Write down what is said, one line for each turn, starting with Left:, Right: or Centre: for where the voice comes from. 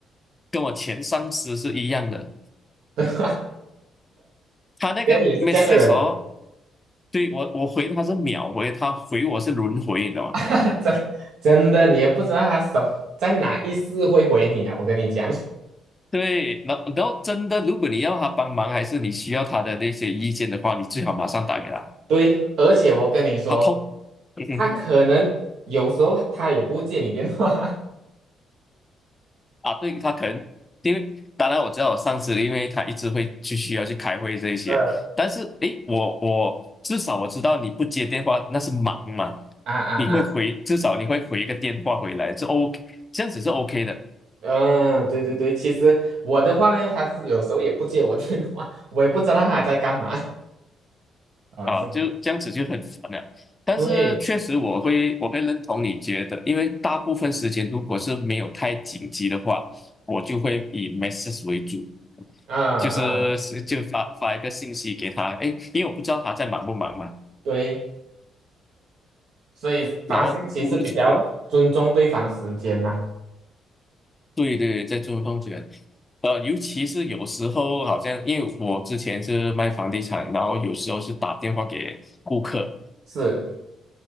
Left: 跟我前上司是一样的，
Right: 对吧？<laughs>
Left: 他那个
Right: 也也是这样的人啊。
Left: m e s s e 哦对，我我回他是秒回，他回我是轮回，你知道吗？
Right: <laughs> 真真的，你也不知道他什在哪一次会回你啊！我跟你讲，
Left: 对，然后然后真的，如果你要他帮忙，还是你需要他的那些意见的话，你最好马上打给他。
Right: <laughs> 对，而且我跟你说，
Left: 他通，嗯哼，
Right: 他可能有时候他也不接你电话。
Left: 啊，对，他可能，因为当然我知道我上次因为他一直会去需要去开会这一些，
Right: <laughs> 嗯，
Left: 但是诶，我我至少我知道你不接电话那是忙嘛，
Right: 啊啊啊！
Left: 你会回，至少你会回一个电话回来，这 OK，这样子是 OK 的。
Right: 嗯，对对对，其实我的话呢，他是有时候也不接我电话，<laughs> 我也不知道他在干嘛。哦，
Left: 啊，
Right: 是，
Left: 就这样子就很烦了。但是确实我会我会认同你觉得，
Right: 对，
Left: 因为大部分时间如果是没有太紧急的话，我就会以 message 为主，
Right: 啊啊，
Left: 就是是就发发一个信息给他，哎，因为我不知道他在忙不忙嘛。
Right: 对，所以发信息是比较尊重对方时间呐、
Left: 然后突然就嗯，对对，在中风卷，呃，尤其是有时候好像因为我之前是卖房地产，然后有时候是打电话给顾客，
Right: 是，